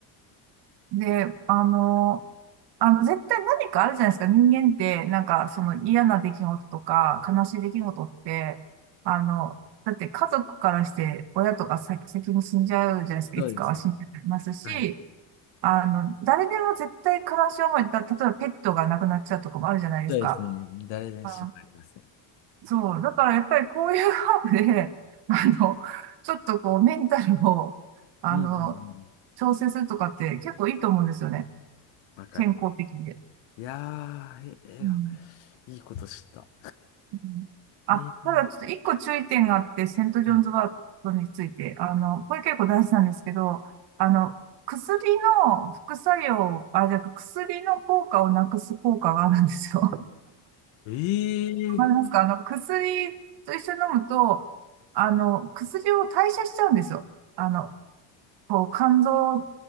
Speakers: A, on the right (about 60°); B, on the left (about 80°).
A: で、あの、あの、絶対何かあるじゃないですか。人間って、なんか、その嫌な出来事とか、悲しい出来事って、あの、だって家族からして、親とか先、先に死んじゃうじゃないですか。
B: ですね。
A: いつかは死んじゃいますし、
B: はい。
A: あの、誰でも絶対悲しい思い、だ、例えばペットが亡くなっちゃうとかもあるじゃないですか。
B: そうですね。誰でしもありますね。
A: あ、そう。だからやっぱりこういうハーブで、<laughs> あの、ちょっとこうメンタルを、あの、
B: うんうんうん。
A: 調整するとかって結構いいと思うんですよね。
B: わかります。
A: 健康的で。
B: いやー、え、え
A: うん。
B: ー、いいこと知った。
A: うんあ、
B: えー、
A: ただちょっと一個注意点があって、セントジョンズワートについて、
B: はい。
A: あの、これ結構大事なんですけど、あの、薬の副作用、あ、じゃあ薬の効果をなくす効果があるんですよ。
B: えー、
A: わかりますかあの、薬と一緒に飲むと、あの、薬を代謝しちゃうんですよ。あの、こう、肝臓